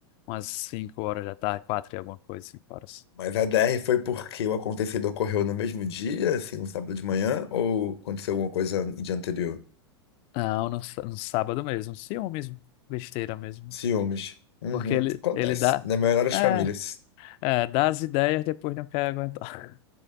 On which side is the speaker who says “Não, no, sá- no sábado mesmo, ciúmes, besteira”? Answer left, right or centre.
Left